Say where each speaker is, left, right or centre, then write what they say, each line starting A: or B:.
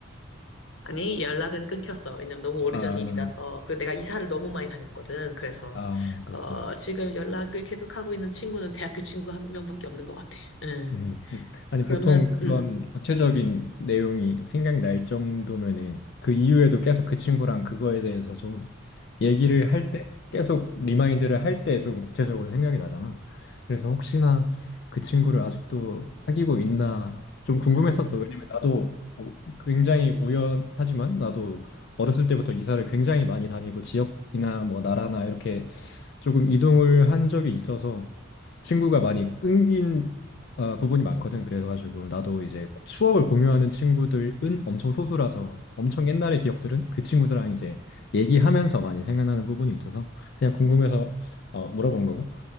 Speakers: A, on the left (about 70°); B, on the left (about 55°).
A: 아니, 연락은 끊겼어. 왜냐면 너무 오래전
B: 아,
A: 일이라서. 그리고 내가 이사를 너무 많이 다녔거든. 그래서,
B: 아, 그렇구나.
A: 어, 지금 연락을 계속하고 있는 친구는 대학교 친구 한 명밖에 없는 것 같아. 응.
B: 음. <laughs> 아니,
A: 그러면,
B: 보통 그런
A: 응.
B: 구체적인 내용이 생각이 날 정도면은 그 이후에도
A: 응.
B: 계속 그 친구랑 그거에 대해서 좀 얘기를
A: 아,
B: 할 때, 계속 리마인드를 할 때 좀 구체적으로 생각이 나잖아. 그래서
A: 그렇지.
B: 혹시나 그 친구를 아직도
A: 음,
B: 사귀고 있나 좀 궁금했었어.
A: 음,
B: 왜냐면 나도 어, 굉장히 우연하지만 나도 어렸을 때부터 이사를 굉장히 많이 다니고 지역이나 뭐 나라나 이렇게 조금 이동을 한 적이 있어서 친구가 많이 끊긴 아, 부분이 많거든. 그래가지고 나도 이제 추억을 공유하는 친구들은 엄청 소수라서 엄청 옛날의 기억들은 그 친구들랑 이제 얘기하면서 많이 생각나는 부분이 있어서 그냥 궁금해서
A: 음,
B: 어, 물어본 거고.